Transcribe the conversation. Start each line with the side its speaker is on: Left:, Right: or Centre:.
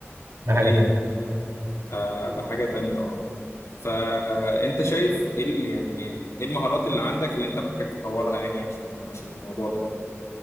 Right: ده
Left: باي
Right: حاجه تانية
Left: آه بحاجه تانية اه فانت شايف ايه اللي يعني ايه المهارات اللي عندك اللي انت محتاج تطورها يعني عشان عشان الموضوع ده